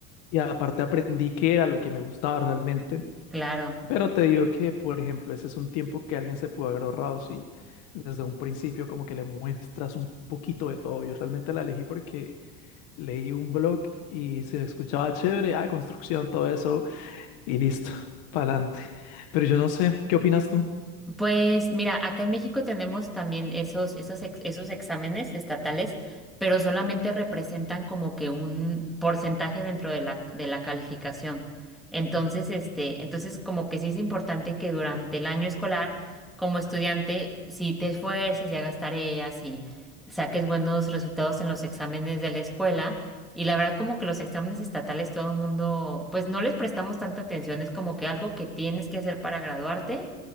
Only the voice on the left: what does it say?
y aparte aprendí qué era lo que me gustaba realmente
pero te digo que, por ejemplo, ese es un tiempo que alguien se pudo haber ahorrado si desde un principio como que le muestras un poquito de todo. Yo realmente la elegí porque leí un blog y se escuchaba chévere, ah, construcción, todo eso, y listo, <laughs> pa'lante. Pero yo no sé, ¿qué opinas tú?